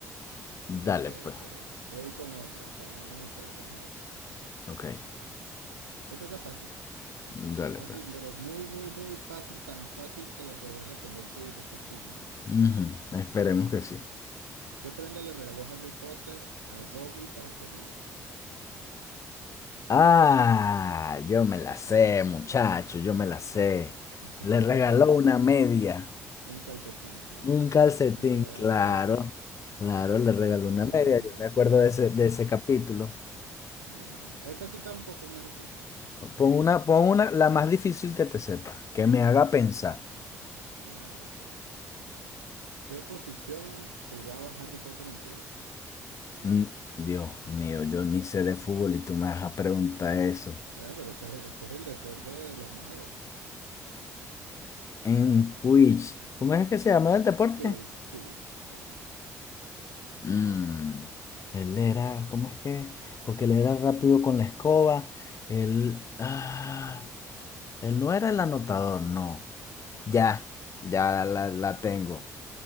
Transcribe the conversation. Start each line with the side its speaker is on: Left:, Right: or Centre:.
Left: Dale,
Right: Ok,
Left: pues.
Right: ok. Voy con otra, con otra, con otra.
Left: Ok,
Right: Esta está fácil.
Left: dale,
Right: Fácil,
Left: pues.
Right: pero muy, muy, muy fácil. Tan fácil que la podría responder tu hijo <laughs> fácilmente.
Left: Ujú, Esperemos que sí.
Right: ¿Qué prenda le regaló Harry Potter a Dobby para ser libre?
Left: Ah, yo me la sé, muchacho, yo me la sé.
Right: <laughs>
Left: Le regaló una media,
Right: Un calcetín, sí,
Left: un
Right: sí.
Left: calcetín,
Right: Eh,
Left: claro, claro, le regaló
Right: eh,
Left: una media. Yo me acuerdo de ese, de ese capítulo.
Right: bueno, bueno. Esta sí está un poco más difícil.
Left: Pon una, pon una, la más difícil que te sepa, que me haga pensar.
Right: Dale, dale. dale. ¿Qué posición jugaba Harry Potter en Quidditch?
Left: Mm, Dios mío, yo ni sé de fútbol y tú me vas a preguntar eso.
Right: Ah, pero ese, ese es el deporte de los magos.
Left: En Quidditch, ¿cómo es que se llama el deporte?
Right: Quidditch, Quidditch, Quidditch.
Left: Mm, Él era, ¿cómo es que? Porque él era rápido con la escoba. Él, ah, él no era el anotador, no. Ya, ya la, la tengo.